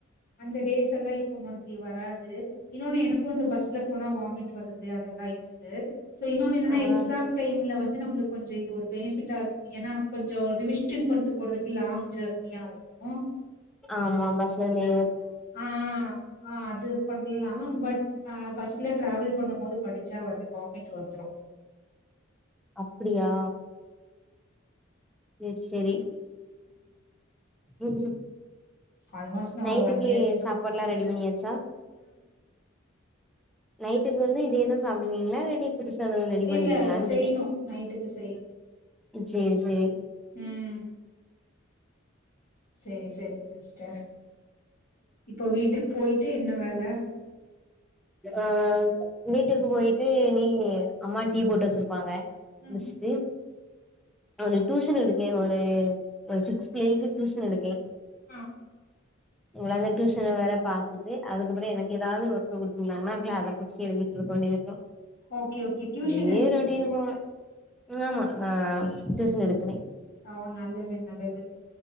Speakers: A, on the left; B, in the centre.
A: அந்த டேஸ் எல்லா இப்ப மறுபடியு வராது இன்னொன்னு எனக்கு அந்த பஸ்ல போனா வாமிட் வர்றது அதெல்லா இருக் குது சோ இன்னொன்னு என்னன்னா
B: ஆ
A: எக்ஸாம் டைம்ல வந் இது நம்மளுக்கு கொஞ்சோ இது ஒரு பெனிபிட்டா இருக்கும் ஏன்னா கொஞ்சோ ரிவிஷ் ஷன் பண்ணட்டு போறதுக்கு லாங் ஜெர்னியா இருக்கு
B: ஆமா பஸ்லருந்து
A: அ அ அது பண்ணலா பட் அ பஸ்ல டிரவல் பண்ணும் போது படிச்சா வந்து வாமிட் வந்துரு
B: அப்படியா சேரி சேரி ம்ம்
A: ஆல்மோஸ்ட் நான்
B: நைட்டுக்கு
A: ஒரு இயர் தான
B: சாப்பாடுலா
A: முடிச்சிருக்கேன்.
B: ரெடி பண்ணியாச்சா நைட்டுக்கு வந்து இதேதா சாப்பிடுவீங்களா எப்டி புதுசா எதாவது ரெடி பண்ணுவீங்களான்னு
A: இல்ல செய்யணும்.
B: கேட்டே
A: நைட்டுக்கு செய்யணும்.
B: சேரி சேரி
A: ம் சேரி சேரி சிஸ்டர் இப்போ வீட்டுக்கு போயிட்டு என்ன வேல
B: அ வீட்டுக்கு போயிட்டு இனி அம்மா டீ போட்டு வச்சிருப்பாங்க
A: ம்
B: முஸ்டு நா ஒரு டியூசன் எடுக்கே ஒரு சிக்ஸ் பிள்ளைகளுக்கு டியூஷன் எடுக்கே
A: ஆ
B: இவங்களால டியூசன் வேற பாத்துட்டு அதுக்கப்புறோ எனக்கு ஏதாவது ஒரு கு குடுத்திருந்தாங்கன்னா க அத புடிச்சி எழுதிட்டு இருக்கவேண்டி இருக்கு
A: ஓகே ஓகே டியூஷன்
B: அப்டியே
A: எடுக்
B: ரொட்டீன் போவே ஆமா நா டியூசன் எடுத்துனே
A: ஓ நல்லது நல்லது